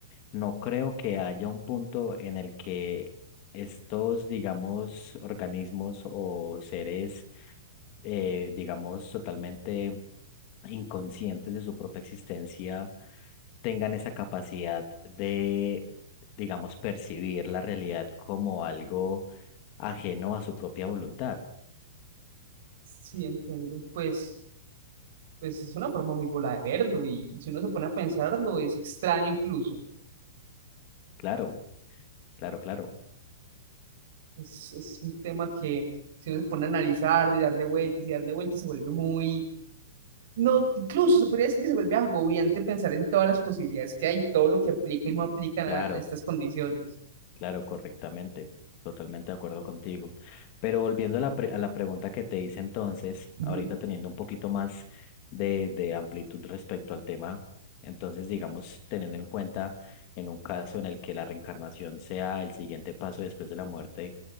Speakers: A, on the left; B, on the right.
A: no creo que haya un punto en el que estos, digamos, organismos o seres, eh, digamos, totalmente inconscientes de su propia existencia tengan esa capacidad de, digamos, percibir la realidad como algo ajeno a su propia voluntad.
B: Sí, entiendo. Pues, pues es una forma muy bola de verlo y si uno se pone a pensarlo es extraño incluso.
A: Claro, claro, claro.
B: Es, es un tema que si uno se pone a analizar y darle vueltas y darle vueltas se vuelve muy... No, incluso se podría decir que se vuelve agobiante pensar en todas las posibilidades que hay, todo lo que aplica y no aplican
A: Claro,
B: a a estas condiciones.
A: claro, correctamente. Totalmente de acuerdo contigo. Pero volviendo a la, pre- a la pregunta que te hice entonces,
B: Ujú.
A: ahorita teniendo un poquito más de, de amplitud respecto al tema, entonces digamos, teniendo en cuenta en un caso en el que la reencarnación sea el siguiente paso después de la muerte,